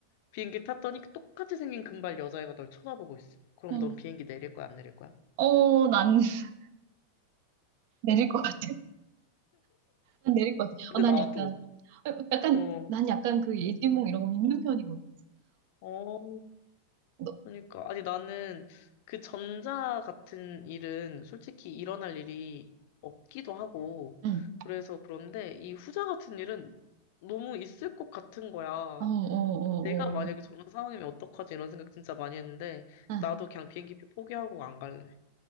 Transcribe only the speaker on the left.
비행기 탔더니 똑같이 생긴 금발 여자애가 널 쳐다보고 있어. 그럼
넌 비행기 내릴 거야 안 내릴 거야?
근데
나도
어,
어,
그러니까 아니 나는 그 전자 같은 일은 솔직히 일어날 일이 없기도 하고
그래서 그런데 이 후자 같은 일은 너무 있을 것 같은 거야.
내가 만약에
저런 상황이면 어떡하지 이런 생각 진짜 많이 했는데
나도 그냥 비행기표 포기하고 안 갈래.